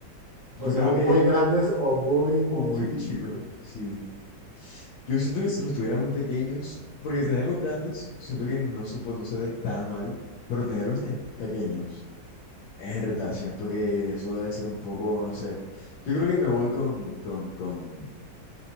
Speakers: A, on the left (about 85°); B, on the right (about 50°).
A: Yo
B: O sea,
A: creo
B: o
A: que,
B: muy grandes o muy, muy
A: o muy
B: chiquiticos.
A: chicos, sí. Yo siento que si los tuviera muy pequeños, porque tenerlos grandes, siento que no se, po- no se ve tan mal, pero tenerlos tan pequeños, es verdad, siento que eso debe ser un poco, no sé. Yo creo que me voy con, con, con,